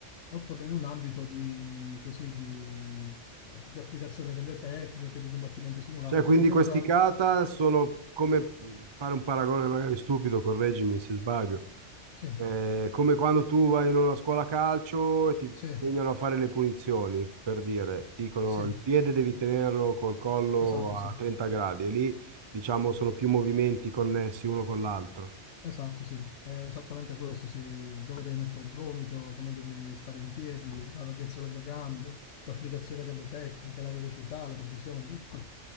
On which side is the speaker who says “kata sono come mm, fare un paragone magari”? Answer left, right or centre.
Right